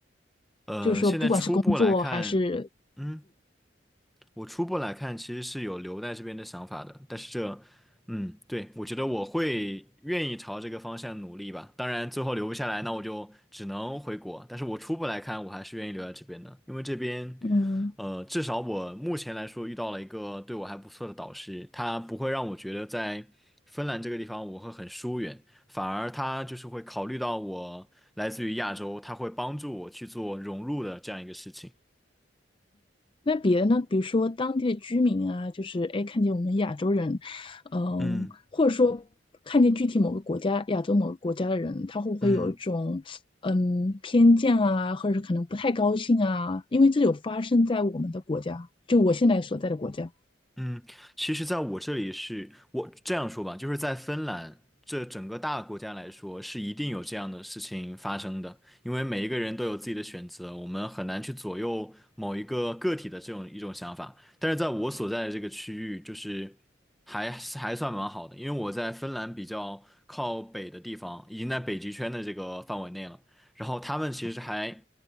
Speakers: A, in the centre; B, on the left.
A: 呃，
B: 就是说，
A: 现在初步来看。
B: 不管是工作还是
A: 嗯，我初步来看，其实是有留在这边的想法的，但是这，嗯，对，我觉得我会愿意朝这个方向努力吧。当然，最后留不下来，那我就只能回国。但是我初步来看，我还是愿意留在这边的，因为这边，
B: 嗯。
A: 呃，至少我目前来说遇到了一个对我还不错的导师，他不会让我觉得在芬兰这个地方我会很疏远，反而他就是会考虑到我来自于亚洲，他会帮助我去做融入的这样一个事情。
B: 那别的呢？比如说当地的居民啊，就是哎，诶看见我们亚洲人，嗯，
A: 嗯
B: 或者说看见具体某个国家、亚洲某个国家的人，他会不会有一种嗯偏见啊，
A: 嗯。
B: 或者是可能不太高兴啊？因为这有发生在我们的国家，就我现在所在的国家，
A: 嗯，其实在我这里是，我这样说吧，就是在芬兰这整个大国家来说，是一定有这样的事情发生的，因为每一个人都有自己的选择，我们很难去左右某一个个体的这种一种想法。但是在我所在的这个区域，就是还还算蛮好的，因为我在芬兰比较靠北的地方，已经在北极圈的这个范围内了。然后他们其实还